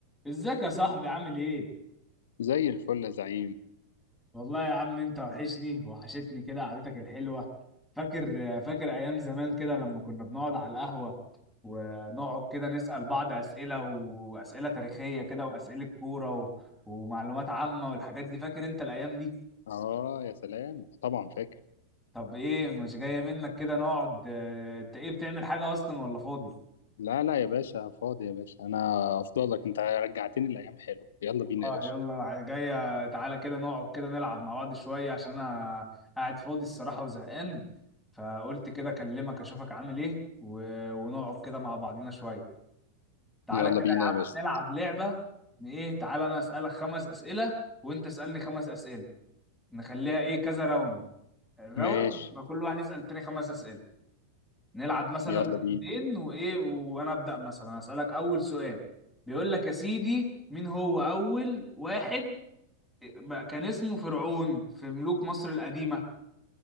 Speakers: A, in the centre; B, on the left (about 60°).
A: ازيك يا صاحبي عامل ايه؟
B: زي الفل يا زعيم
A: والله يا عم انت وحشني وحشتني كده قعدتك الحلوة فاكر فاكر ايام زمان كده لما كنا بنقعد على القهوة ونقعد كده نسأل بعض اسئلة واسئلة تاريخية كده واسئلة كورة و... ومعلومات عامة والحاجات دي فاكر انت الايام دي؟
B: اه يا سلام طبعا فاكر
A: طب ايه مش جاية منك كده نقعد اه، انت ايه بتعمل حاجة اصلا ولا فاضي؟
B: لا لا يا باشا فاضي يا باشا انا افضلك انت رجعتني الايام حلو يلا بينا
A: اه
B: يا باشا
A: يلا جاية تعالى كده نقعد كده نلعب مع بعض شوية عشان انا قاعد فاضي الصراحة وزهقان فقلت كده اكلمك اشوفك عامل ايه و... ونقعد كده مع بعضينا شوية تعالى
B: يلا
A: كده
B: بينا
A: يا عم
B: يا باشا
A: نلعب لعبة إن ايه تعالى انا اسألك خمس اسئلة وانت اسألني خمس اسئلة نخليها ايه كذا راوند الراوند
B: ماشي
A: يبقى كل واحد يسأل التاني خمس اسئلة نلعب مثلا
B: يلا بينا
A: راوندين وايه وانا ابدأ مثلا اسألك اول سؤال بيقول لك يا سيدي مين هو اول واحد بقى كان اسمه فرعون في ملوك مصر القديمة